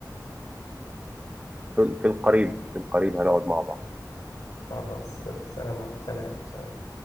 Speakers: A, on the right; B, on the left.
A: في في القريب في القريب هنقعد مع بعض
B: خلاص سلام سلام سلام